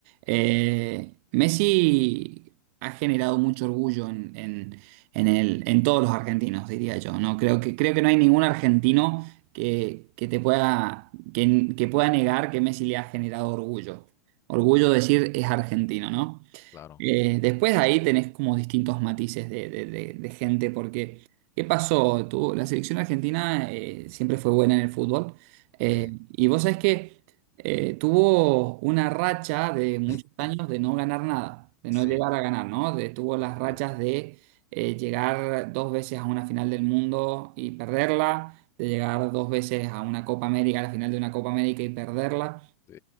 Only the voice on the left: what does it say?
claro.
Sí,
<laughs>
sí,
claro.
sí,
sí,
sí,